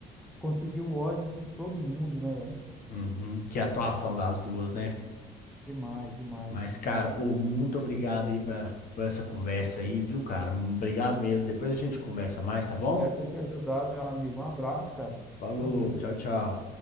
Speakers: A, in the centre; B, on the left.
A: conseguiu o ódio de todo mundo, né, velho?
B: Uhum. Que atuação das duas, né?
A: Demais, demais.
B: Mas, cara, ô, muito obrigado aí pra, por essa conversa aí, viu, cara? Obrigado mesmo. Depois a gente conversa mais, tá bom?
A: Espero ter te ajudado, meu amigo. Um abraço, cara.
B: Falou,
A: Fique com Deus.
B: tchau, tchau.